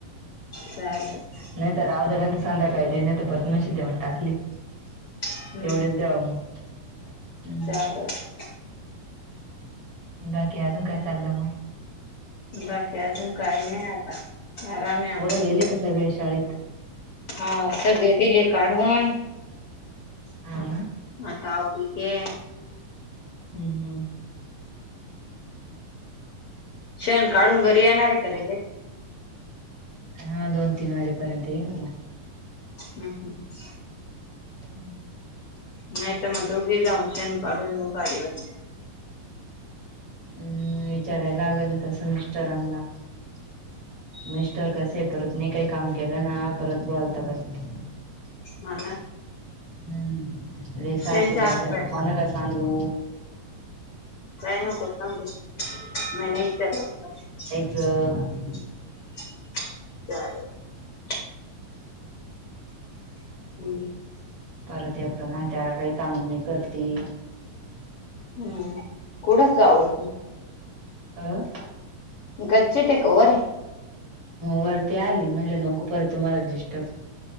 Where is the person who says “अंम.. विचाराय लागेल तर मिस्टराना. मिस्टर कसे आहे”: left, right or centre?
Right